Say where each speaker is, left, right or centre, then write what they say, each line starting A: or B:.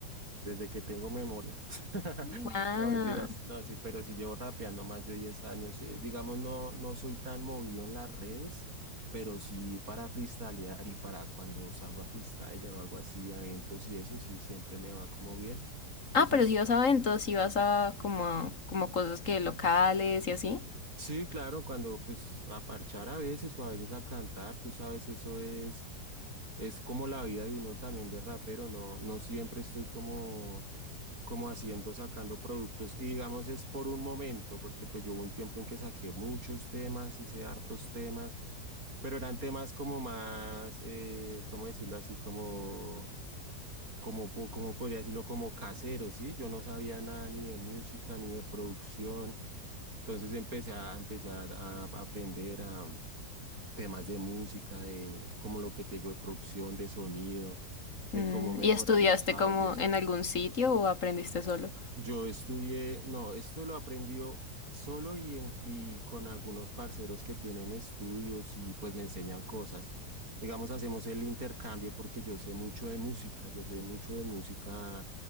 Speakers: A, on the right; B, on the left.
A: desde que tengo memoria. <laughs>
B: Wow.
A: No, mentiras, no, sí, pero si llevo rapeando más de 10 años. eh, digamos, no, no soy tan movido en las redes, pero sí para freestylear y para cuando salgo a freestyler o algo así, a eventos y eso, sí, siempre me va como bien. Entonces,
B: Ah, pero si vas a eventos, si vas a como, como cosas que locales y así.
A: sí, claro, cuando pues a parchar a veces o a veces a cantar, tú sabes, eso es, es como la vida de uno también de rapero, no, no siempre estoy como como haciendo, sacando productos. Y digamos, es por un momento, porque pues yo hubo un tiempo en que saqué muchos temas, hice hartos temas, pero eran temas como más, eh, ¿cómo decirlo así? Como, como, po- como podría decirlo, como caseros, ¿sí? Yo no sabía nada ni de música, ni de producción. Entonces empecé a, empecé a, a aprender a temas de música, de como lo que tengo de producción, de sonido, de
B: Mm,
A: cómo mejorar
B: ¿Y estudiaste
A: los audios.
B: como en algún sitio o aprendiste solo?
A: Yo estudié, no, esto lo aprendió solo y, en- y con algunos parceros que tienen estudios y pues me enseñan cosas. Digamos, hacemos el intercambio porque yo sé mucho de música, yo sé mucho de música